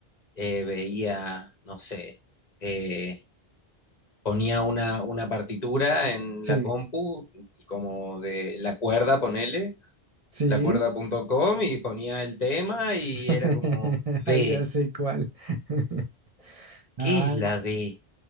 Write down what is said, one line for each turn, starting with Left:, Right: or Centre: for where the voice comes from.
Left: eh, veía, no sé, eh, ponía una, una partitura en
Right: Sí,
Left: la compu, como de la cuerda, ponele,
Right: sí,
Left: lacuerda.com y ponía el tema y
Right: <laughs>
Left: era como D.
Right: ya sé cuál. <laughs> ah
Left: ¿Qué es la D?